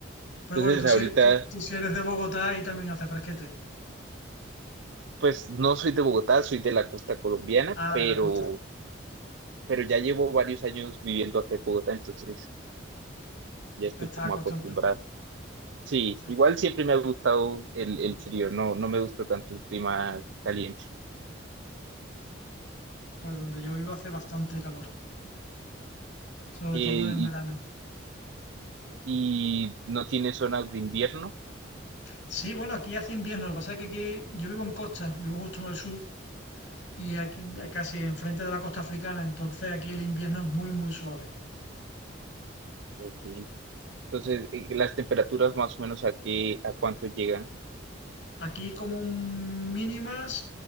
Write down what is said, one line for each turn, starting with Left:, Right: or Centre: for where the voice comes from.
Left: Pero
Right: entonces
Left: bueno, tú
Right: ahorita,
Left: si eres, tú, tú si eres de Bogotá, ahí también hace fresquete.
Right: pues no soy de Bogotá, soy de la costa colombiana,
Left: Ah,
Right: pero,
Left: de la costa.
Right: pero ya llevo varios años viviendo acá en Bogotá, entonces ya estoy
Left: Está
Right: como
Left: acostumbrado.
Right: acostumbrado. Sí,
Left: Sí.
Right: igual siempre me ha gustado el, el frío, no, no me gusta tanto el clima caliente.
Left: Pues donde yo vivo hace bastante calor, <laughs> sobre
Right: Eh,
Left: todo en verano.
Right: y, y no tiene zonas de invierno.
Left: Sí, bueno, aquí hace invierno, lo que pasa es que aquí yo vivo en costa, vivo justo en el sur y aquí casi enfrente de la costa africana, entonces aquí el invierno es muy muy suave.
Right: Ok. Entonces, eh, las temperaturas más o menos a qué, a cuánto llegan,
Left: Aquí como mínimas,